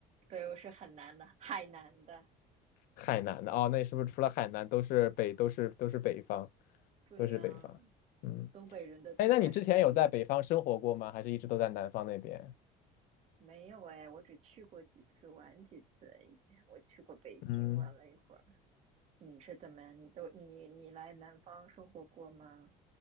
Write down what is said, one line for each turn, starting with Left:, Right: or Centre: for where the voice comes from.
Right: 对，我是很南的，海南的，
Left: 海南的哦，那是不是除了海南都是北都是都是北方，
Right: 对呀，
Left: 都是北方？嗯，
Right: 东北人的度假胜地。
Left: 哎，那你之前有在北方生活过吗？还是一直都在南方那边？
Right: 没有哎，我只去过几次，玩几次而已。我去过北京玩了一会儿。
Left: 嗯，
Right: 你是怎么样？你都你你来南方生活过吗？